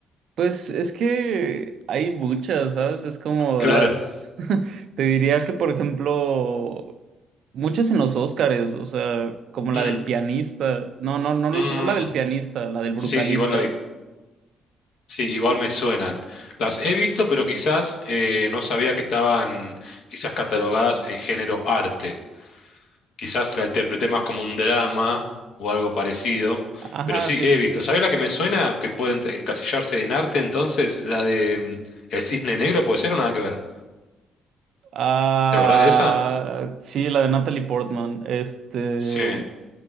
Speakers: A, on the right; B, on the left.
A: Pues es que hay muchas, ¿sabes? Es como
B: <laughs> Claro.
A: las... <laughs> Te diría que, por ejemplo, muchas en los Óscares, o sea, como la
B: Mm,
A: del pianista. No, no, no, no
B: mm,
A: la del pianista, la del
B: sí,
A: brutalista.
B: igual la vi. Sí, igual me suenan. Las he visto, pero quizás eh, no sabía que estaban quizás catalogadas en género arte. quizás la interpreté más como un drama o algo parecido,
A: Ajá,
B: pero sí,
A: sí.
B: he visto. ¿Sabés la que me suena que puede ent- encasillarse en arte entonces? La de mm, El Cisne Negro, puede ser o nada que ver.
A: Ah,
B: ¿Te acordás de esa?
A: sí, la de Natalie Portman. Este...
B: Sí,